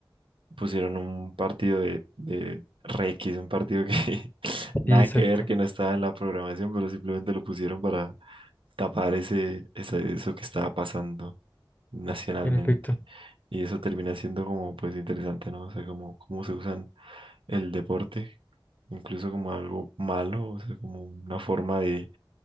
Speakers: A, on the right; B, on the left.
A: pusieron un partido de, de Requis, un partido que <laughs> nada
B: Sí, exacto.
A: que ver, que no estaba en la programación, pero simplemente lo pusieron para tapar ese, ese- eso que estaba pasando. nacionalmente.
B: En efecto.
A: Y eso termina siendo como pues interesante, ¿no? O sea, como cómo se usan el deporte, incluso como algo malo, o sea, como una forma de,